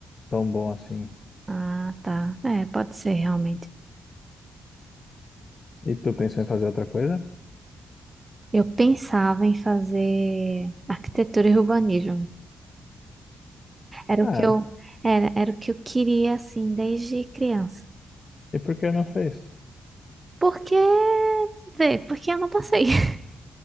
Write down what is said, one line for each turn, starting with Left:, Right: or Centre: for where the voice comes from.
Left: tão bom assim.
Right: Ah, tá. É, pode ser, realmente.
Left: E tu pensou em fazer outra coisa?
Right: Eu pensava em fazer arquitetura e urbanismo. Era
Left: Ah,
Right: o que eu, era, era o que eu queria, assim, desde criança.
Left: e por que não fez?
Right: Porque, vê, porque eu não passei. <laughs>